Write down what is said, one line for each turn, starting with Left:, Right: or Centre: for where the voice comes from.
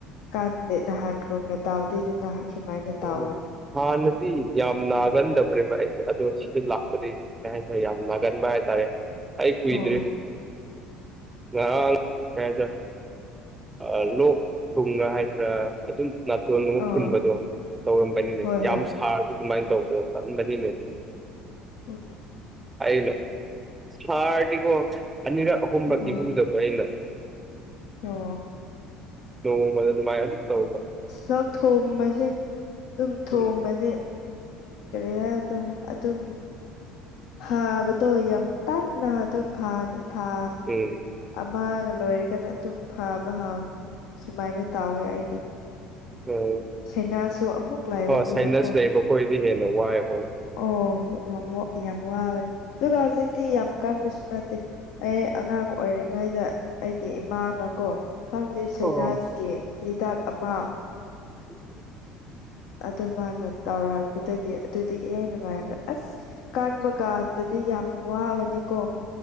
Left: ꯀꯥꯟꯗꯦ ꯅꯍꯥꯟꯒꯨꯝꯅ ꯇꯥꯎꯗꯣꯏꯗꯨꯅ ꯁꯨꯃꯥꯏꯅ
Right: ꯍꯣꯏ
Left: ꯇꯥꯎꯒꯅꯤ
Right: ꯍꯥꯟꯅꯗꯤ ꯌꯥꯝ ꯅꯥꯒꯟꯗꯕ꯭ꯔꯦꯕ ꯑꯩꯁꯦ ꯑꯗꯣ ꯁꯤꯗꯤ ꯂꯥꯛ ꯄꯨꯗꯤ ꯀꯩꯍꯥꯏꯇꯔꯦ ꯌꯥꯝ ꯅꯥꯒꯟꯕ ꯍꯥꯏꯇꯥꯔꯦ ꯑꯩ ꯀꯨꯏꯗ꯭ꯔꯤ
Left: ꯑꯣ
Right: ꯉꯔꯥꯡ ꯀꯩꯍꯥꯏꯁꯤꯔ ꯑ ꯂꯣꯛ ꯊꯨꯡꯕ ꯍꯥꯏꯗ꯭ꯔꯥ ꯑꯗꯨꯝ ꯅꯥꯇꯣꯟ ꯒꯨꯝꯕ
Left: ꯑꯥ
Right: ꯐꯨꯟꯕꯗꯣ ꯇꯧꯔꯝꯕꯅꯤꯅꯦ
Left: ꯍꯣꯏ
Right: ꯌꯥꯝ
Left: ꯍꯣꯏ
Right: ꯁꯥꯔꯁꯨ ꯑꯗꯨꯃꯥꯏꯅ ꯇꯧꯕꯗꯣ ꯇꯟꯕꯅꯤꯅꯦ
Left: ꯎꯝ
Right: ꯑꯩꯅ ꯁꯥꯔꯗꯤꯀꯣ ꯑꯅꯤꯔꯛ ꯑꯍꯨꯝꯕꯛꯇꯤ
Left: ꯎꯝ
Right: ꯍꯨꯗꯕ ꯑꯩꯩꯅ
Left: ꯑꯣ
Right: ꯅꯣꯡꯃꯗ ꯑꯗꯨꯃꯥꯏꯅ ꯑꯗꯨꯝ ꯇꯧꯕ
Left: ꯂꯥꯛ ꯊꯣꯝꯕꯁꯦ ꯑꯗꯨꯝ ꯊꯣꯝꯕꯁꯦ
Right: ꯎꯝ
Left: ꯀꯔꯤ ꯍꯥꯏꯗ ꯑꯗꯨ ꯑꯗꯨ ꯍꯕꯇꯌ ꯇꯠ ꯅ ꯑꯗꯨꯨꯝ ꯐꯥꯅꯤ ꯊ
Right: ꯎꯝ
Left: ꯑꯃꯒ ꯂꯣꯏꯔꯒꯅ ꯑꯗꯨꯝ ꯐꯥꯕ ꯍꯥꯎꯅꯤ ꯁꯨꯃꯥꯏꯅ ꯇꯥꯎꯋꯦ ꯑꯩꯗꯤ
Right: ꯎꯝ
Left: ꯁꯩꯅꯥꯁꯨ ꯑꯃꯨꯛ ꯂꯥꯏꯕꯅꯤꯅꯀꯣ
Right: ꯍꯣꯏ ꯁꯥꯏꯅꯁ ꯂꯩꯕ ꯈꯣꯏꯗꯤ ꯍꯦꯟꯅ ꯋꯥꯏ ꯍꯣꯏ
Left: ꯑꯣ ꯌꯥꯝ ꯌꯥꯝ ꯋꯥꯕꯅꯤ ꯑꯗꯨꯒ ꯍꯧꯖꯤꯛꯇꯤ ꯌꯥꯝ ꯀꯟꯕꯁꯨ ꯅꯠꯇꯦ ꯑꯩ ꯑꯉꯥꯡ ꯑꯣꯏꯔꯤꯉꯩꯗ ꯑꯩꯒꯤ ꯏꯃꯥꯅꯀꯣ ꯈꯪꯗꯦ ꯁꯩꯅꯥꯖꯀꯤ
Right: ꯑꯣ
Left: ꯍꯤꯗꯥꯛ ꯑꯃ
Right: <inaudible>
Left: ꯑꯗꯨ ꯃꯥꯅ ꯇꯧꯔꯛꯄꯗꯒꯤ ꯑꯗꯨꯗꯒꯤ ꯍꯦꯟꯅ ꯅꯨꯡꯉꯥꯏꯈ꯭ꯔꯦ ꯑꯁ ꯀꯟꯕ ꯀꯥꯟꯗꯗꯤ ꯌꯥꯝ ꯋꯥꯕꯅꯤꯀꯣ